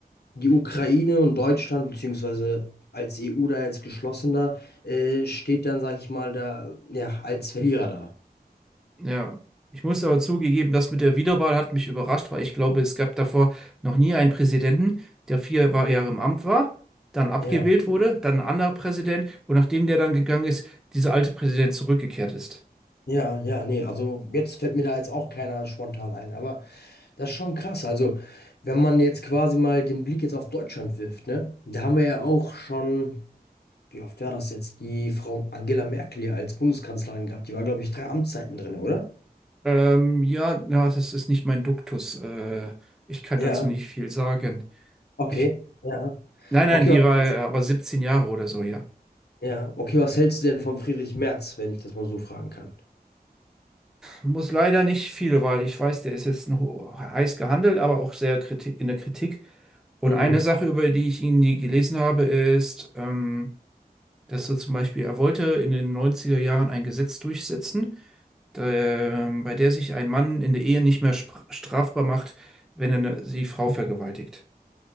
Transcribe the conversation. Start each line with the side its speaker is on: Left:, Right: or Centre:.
Left: die Ukraine und Deutschland, beziehungsweise als EU da jetzt geschlossener, äh, steht dann, sage ich mal, da ja, als Verlierer da.
Centre: Ja. Ich muss aber zugegeben, das mit der Wiederwahl hat mich überrascht, weil ich glaube, es gab davor noch nie einen Präsidenten, der vier Wa- Jahre im Amt war, dann abgewählt
Left: Ja,
Centre: wurde, dann ein anderer Präsident und nachdem der dann gegangen ist, dieser alte Präsident zurückgekehrt ist.
Left: ja, ja, nee, also jetzt fällt mir da jetzt auch keiner spontan ein, aber das ist schon krass. Also, wenn man jetzt quasi mal den Blick jetzt auf Deutschland wirft, ne, da haben wir ja auch schon. Wie oft war das jetzt? Die Frau Angela Merkel ja als Bundeskanzlerin gehabt. Die war, glaube ich, drei Amtszeiten drin, oder?
Centre: Ähm, ja, ja, das ist nicht mein Duktus. Äh, ich kann
Left: Ja.
Centre: dazu nicht viel sagen.
Left: Okay,
Centre: Ich,
Left: ja.
Centre: nein, nein,
Left: Okay,
Centre: die war
Left: was,
Centre: äh, aber 17 Jahre oder so, ja.
Left: ja. Okay, was hältst du denn von Friedrich Merz, wenn ich das mal so fragen kann?
Centre: Muss leider nicht viel, weil ich weiß, der ist jetzt ein heiß gehandelt, aber auch sehr Kritik, in der Kritik. Und
Left: Mhm.
Centre: eine Sache, über die ich ihn nie gelesen habe, ist, ähm, dass er zum Beispiel, er wollte in den neunziger Jahren ein Gesetz durchsetzen, da, ähm, bei der sich ein Mann in der Ehe nicht mehr spr- strafbar macht, wenn er eine, die Frau vergewaltigt.